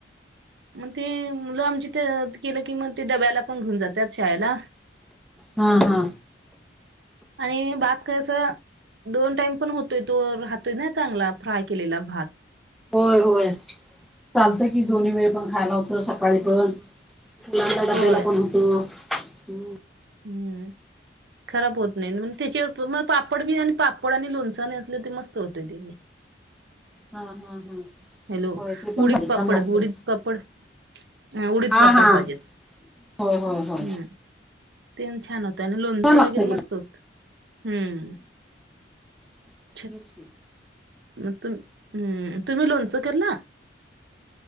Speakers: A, on the right (about 65°); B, in the centre.
A: म ते मुलं आमची ते केलं की म, ते डब्याला पण घेऊन जात्यात. शाळेला.
B: हा हा.
A: आणि भात कस! दोन टाइम पण होतोय तो. राहतोय ना चांगला. फ्राय केलेला भात.
B: होय होय. चालत कि, दोन्ही वेळ पण खायला होत. सकाळी पण. <unintelligible> आपल्याला
A: होय
B: पण होतो.
A: हम्म खराब होत नाही म त्याच्यावर मग पापड बी आणि पापड आणि लोणच आणि असलं ते मस्त होतय ते.
B: हा हा हा
A: हॅलो
B: होय ते पण
A: उडीद
B: पाहिजे
A: पापड
B: छान लागतंय
A: उडीद पापड ह उडीद
B: हा
A: पापड
B: हा
A: पाहिजेत.
B: होय होय होय
A: हम्म ते छान होत आणि लोणचं
B: छान लागतंय
A: वगैरे
B: की
A: मस्त होत हम्म.
B: <inaudible>
A: छ मग तुम्ही तुम्ही लोनचं केल.